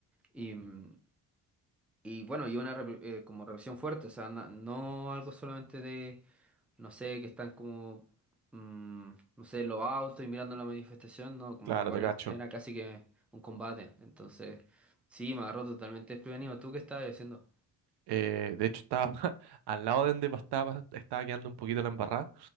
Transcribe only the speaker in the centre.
Y, mm, y bueno, y una repre- eh, como represión fuerte, o sea, na- no algo solamente de, no sé, que están como, mm, no sé, los autos y mirando la manifestación, no, como
que igual
es- era casi que un combate. Entonces, sí, me agarró totalmente desprevenido. ¿Tú qué estabas haciendo?